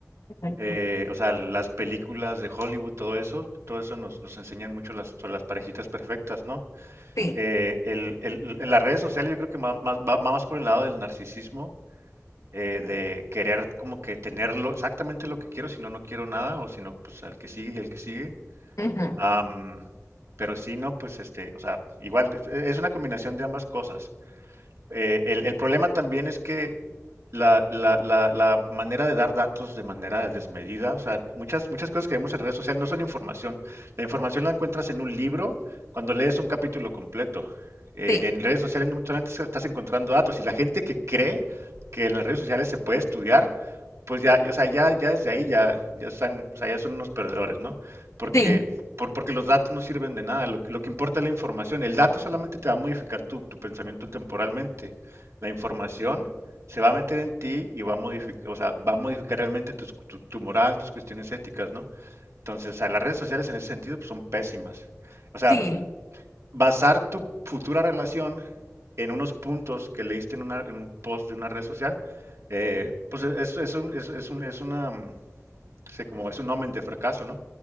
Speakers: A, on the left; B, on the right.
A: Ujú.
B: eh, o sea, las películas de Hollywood, todo eso, todo eso nos, nos enseñan mucho las, sobre las parejitas perfectas, ¿no?
A: Sí.
B: eh, el- el- en las redes sociales yo creo que va más, va- va más por el lado del narcisismo, eh, de querer como que tenerlo exactamente lo que quiero, si no, no quiero nada, o si no, pues al que sigue y al que sigue.
A: ujú.
B: Am, pero si no, pues este, o sea, igual es es una combinación de ambas cosas. Eh, el, el problema también es que la, la, la, la manera de dar datos de manera desmedida, o sea, muchas, muchas cosas que vemos en redes sociales no son información. La información la encuentras en un libro cuando lees un capítulo completo. Eh,
A: Sí.
B: en redes sociales no solamente se- estás encontrando datos y la gente que cree que en las redes sociales se puede estudiar, pues ya, o sea, ya, ya desde ahí ya, ya están, o sea, ya son unos perdedores, ¿no? Porque
A: Sí,
B: por- porque los datos no sirven de nada, lo, que lo que importa es la información. El dato solamente te va a modificar tu, tu pensamiento temporalmente. La información se va a meter en ti y va a modificar, o sea, va a modificar realmente tus- tu, tu moral, tus cuestiones éticas, ¿no? Entonces, o sea, las redes sociales en ese sentido pues, son pésimas. O sea,
A: sí,
B: basar tu futura relación en unos puntos que leíste en, una- en un post de una red social, eh, pues es, es un, es, es un, es una, mm, no como es un omen de fracaso, ¿no?